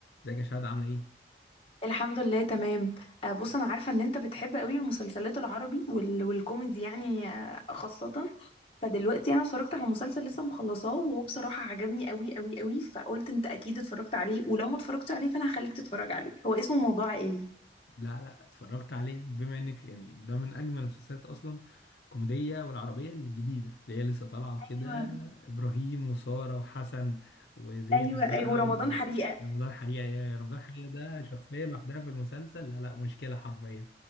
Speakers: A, on the left; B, on the left.
A: ازيك يا شهد عامله ايه؟
B: الحمد لله تمام آه، بص انا عارفه ان انت بتحب قوي المسلسلات العربي وال... والكوميدي يعني آه، خاصه فدلوقتي انا اتفرجت على مسلسل لسه مخلصاه وهو بصراحه عجبني قوي قوي قوي فقلت انت اكيد اتفرجت عليه ولو ما اتفرجتش عليه فانا هخليك تتفرج عليه هو اسمه موضوع عائلي
A: لا لا اتفرجت عليه بما انك يعني ده من اجمل المسلسلات اصلا الكوميديه والعربيه الجديده اللي هي لسه طالعه كده
B: ايوه
A: ابراهيم وساره وحسن وزينب
B: ايوه ايوه
A: بقى
B: ورمضان
A: و-
B: حريقه
A: رمضان حريقه يا رمضان حريقه ده شخصيه لوحدها في المسلسل لا لا مشكله حرفيا